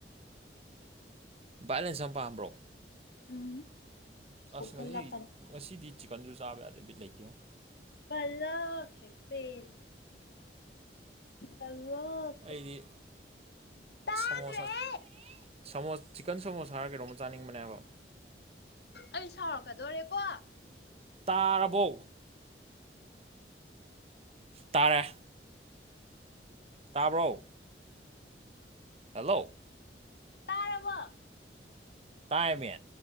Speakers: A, on the right (about 35°); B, on the left (about 65°).
A: ꯕꯥꯏꯂꯦꯟꯁ ꯌꯥꯝ ꯄꯥꯝꯕ꯭ꯔꯣ
B: ꯎꯝ ꯐꯨꯒꯠꯂꯛꯀꯅꯤ
A: ꯑꯁ ꯉꯁꯤ ꯉꯁꯤꯗꯤ ꯆꯤꯛꯀꯟꯁꯨ ꯆꯥꯕ ꯌꯥꯗꯦ ꯕꯤꯠ ꯂꯩꯇꯦꯉꯣ
B: ꯄꯂꯦ ꯄ ꯄꯜꯂ
A: ꯑꯩꯗꯤ
B: ꯇꯥꯗ꯭ꯔꯦ
A: ꯁꯃꯣꯁꯥ ꯁꯃꯣꯁ ꯆꯤꯛꯀꯟ ꯁꯃꯣꯁ ꯍꯥꯏꯔ ꯀꯩꯅꯣꯝꯃ ꯆꯥꯅꯤꯡꯕꯅꯦꯕ
B: ꯑꯩ ꯁꯥꯎꯔꯛꯀꯗꯣꯔꯦꯀꯣ
A: ꯇꯥꯔꯕꯣ ꯇꯥꯔꯦ ꯇꯥꯕ꯭ꯔꯣ ꯍꯜꯂꯣ
B: ꯇꯥꯔꯕ
A: ꯇꯥꯏꯃꯤ